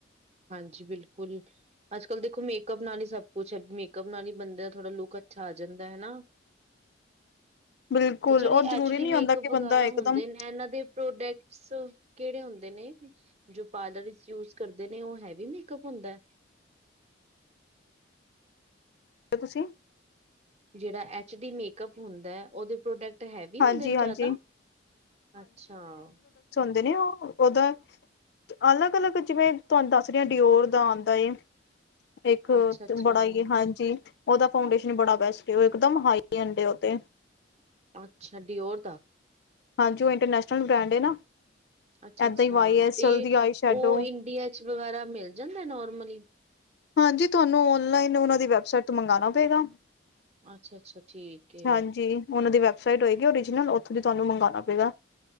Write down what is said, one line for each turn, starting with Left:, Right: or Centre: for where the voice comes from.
Right: ਹਾਂਜੀ, ਬਿਲਕੁਲ ਅੱਜ ਕੱਲ੍ਹ ਦੇਖੋ ਮੇਕਅਪ ਨਾਲ ਹੀ ਸਭ ਕੁੱਛ ਹੈ, ਮੇਕਅੱਪ ਨਾਲ ਹੀ ਬੰਦੇ ਦਾ ਥੋੜ੍ਹਾ ਲੁੱਕ ਅੱਛਾ ਆ ਜਾਂਦਾ ਹਨਾ।
Left: ਬਿਲਕੁਲ
Right: ਤੇ ਜਿਹੜੇ
Left: ਔਰ ਜ਼ਰੂਰੀ
Right: ਐਚ ਡੀ
Left: ਨਹੀਂ ਹੁੰਦਾ
Right: ਮੇਕਅਪ
Left: ਕਿ
Right: ਵਗੈਰਾ
Left: ਬੰਦਾ ਇਕਦਮ
Right: ਹੁੰਦੇ ਨੇ, ਇਹਨਾਂ ਦੇ ਪ੍ਰੋਡਕਤਸ ਕਿਹੜੇ ਹੁੰਦੇ ਨੇ ਜੋ ਪਾਰਲਰ ਵਿਚ ਯੂਜ ਕਰ ਦੇ ਨੇ ਉਹ ਹੈਵੀ ਮੇਕਅਪ ਹੁੰਦਾਆ।
Left: <inaudible>
Right: ਜਿਹੜਾ ਐਚ ਡੀ ਮੇਕਅਪ ਹੁੰਦਾ ਹੈ ਉਹਦੇ ਪ੍ਰੋਡਕਟ ਹੈਵੀ
Left: ਹਾਂਜੀ-ਹਾਂਜੀ,
Right: ਹੁੰਦੇ ਨੇ ਜਾਦਾ,
Left: ਹਾਂਜੀ
Right: ਅੱਛਾ।
Left: ਹਦੇ ਨੇ ਉਹ ਉਹਦਾ ਅਲੱਗ-ਅਲੱਗ ਜਿਵੇਂ ਤੁਹਾਨੂੰ ਦੱਸ ਰਿ ਡਿਓਰ ਦਾ ਆਉਂਦਾ ਏ। ਇੱਕ
Right: ਅੱਛਾ-ਅੱਛਾ-ਅੱਛਾ
Left: ਬੜਾ ਹੀ ਹਾਂਜੀ। ਉਹਦਾ ਫੌਂਡੇਸ਼ਨ ਬੜਾ ਬੈਸਟ ਏ ਓ ਇਕਦਮ ਹਾਈ ਐਂਡ ਓ ਤੇ।
Right: ਅੱਛਾ, ਡਿਓਰ ਦਾ
Left: ਹਾਂਜੀ, ਉਹ ਇੰਟਰਨੈਸ਼ਨਲ ਬ੍ਰਾਂਡ ਏ ਨਾ।
Right: ਅੱਛਾ-ਅੱਛਾ
Left: ਏਦਾਂ ਹੀ ਵਾਈ ਐਸ
Right: ਤੇ
Left: ਐਲ ਦੀ ਆਈ ਸ਼ੈਡੋ
Right: ਉਹ ਇੰਡੀਆ ਚ ਵਗੈਰਾ ਮਿਲ ਜਾਂਦਾ ਨੋਰਮਲੀ
Left: ਹਾਂਜੀ, ਤੁਹਾਨੂੰ ਔਨਲਾਈਨ ਉਹਨਾ ਦੀ ਵੈਬਸਾਈਟ ਤੋਂ ਮੰਗਉਣਾ ਪਏਗਾ।
Right: ਅੱਛਾ-ਅੱਛਾ ਠੀਕ ਏ।
Left: ਹਾਂਜੀ ਉਹਨਾਂ ਦੀ ਵੈਬਸਾਈਟ ਹੋਏਗੀ ਓਰੀਜਨਲ ਉੱਥੋਂ ਦੀ ਤੁਹਾਨੂੰ ਮੰਗਵਾਉਣਾ ਪਏਗਾ।